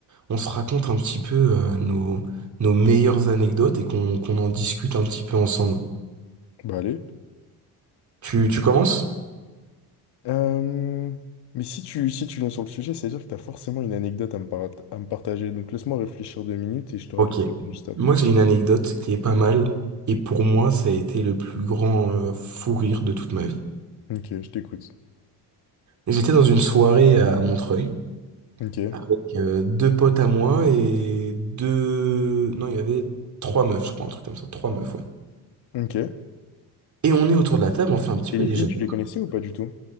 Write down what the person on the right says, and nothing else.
on se raconte un petit peu euh, nos, nos meilleures anecdotes et qu'on qu'on en discute un petit peu ensemble.
Tu, tu commences?
Ok.
Moi, j'ai une anecdote qui est pas mal, et pour moi, ça a été le plus grand euh, fou rire de toute ma vie.
J'étais dans une soirée à Montreuil
avec euh, deux potes à moi et deux... Non, il y avait trois meufs, je crois, un truc comme ça, trois meufs, ouais.
Et on est autour de la table, on fait un petit
peu
des
jeux.
de-